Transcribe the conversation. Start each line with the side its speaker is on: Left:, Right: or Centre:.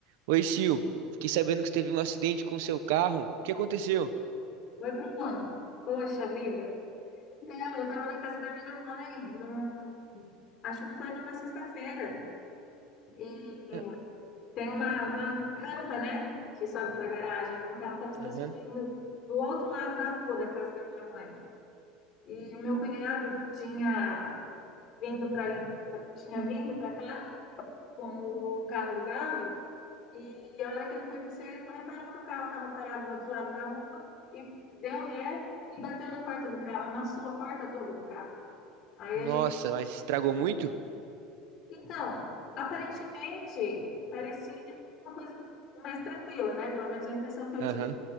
Right: Oi, Sil. Fiquei sabendo que você teve um acidente com seu carro. O que aconteceu?
Left: Oi, Bruno. Poxa vida. Então, eu estava na casa da minha mãe, num- acho que foi numa sexta-feira, e
Right: Ah,
Left: tem uma, uma rampa, né, que sobe para a garagem. Meu carro estava estacionado
Right: Aham.
Left: do outro lado da rua da casa da minha mãe. E o meu cunhado tinha vindo para tinha vindo para cá com um carro alugado E a hora que ele foi descer, ele não reparou que o carro estava parado do outro lado da rua e deu ré e bateu na porta do carro, amassou a porta toda do carro. Aí
Right: Nossa,
Left: a gente.
Right: mas estragou muito?
Left: Então, aparentemente, parecia uma coisa mais tranquila, né? Pelo menos a impressão que eu
Right: Aham.
Left: tive,